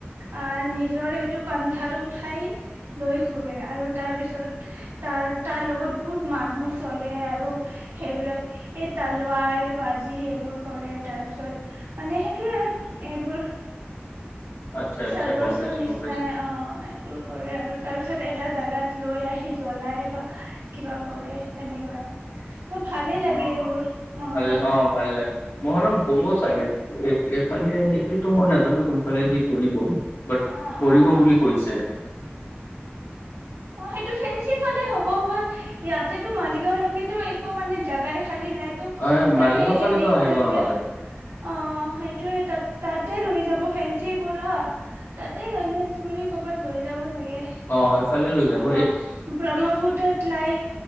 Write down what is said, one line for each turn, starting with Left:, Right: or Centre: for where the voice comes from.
Right: আহ নিজৰ সেইটো কান্ধাত উঠাই লৈ ঘুৰে আৰু তাৰ পিছত তাৰ তাৰ লগত বহুত মানুহ চলে আৰু সেইবিলাক এই তালুৱাৰ বাজি এইবোৰ কৰে তাৰপিছত মানে সেইটোয়ে এইবোৰ
Left: আচ্ছা,
Right: চাৰ্গ
Left: আচ্ছা গম
Right: চুৰ
Left: পাইছো,
Right: নিচিনাই
Left: গম পাইছো
Right: অ কৰে আৰু তাৰ পিছত এটা জাগাত লৈ আহি জ্বলাই বা কিবা কৰে তেনেকুৱাই ত' ভালেই লাগে
Left: অ',
Right: এইবোৰ মহৰম
Left: ভাল অ', ভালে লাগে, মৰম হব চাগে এইফালে কিন্তু মই নাজানো কোনফালে যি কৰিব। বাট
Right: অ
Left: কৰিব
Right: অ
Left: বুলি কৈছে
Right: অ', সেইটো ফেঞ্চি ফালে হব বাত ইয়াতেতো মালিগাঁওলৈকেতো একো মানে জাগাই খালী নাইটো
Left: অ',
Right: চাগে
Left: মালিগাঁও
Right: হেৰি
Left: ফালেতো আহিব
Right: যেয়া
Left: নোৱাৰে
Right: অ' সেইটোয়ে তাত তাতে লৈ যাব ফেঞ্চি পৰা তাতে গণেশ গুৰি কৰ'বাত লৈ যাব চাগে
Left: অ এইফালে লৈ যাম
Right: অ ব্ৰহ্মপুত্ৰত লাই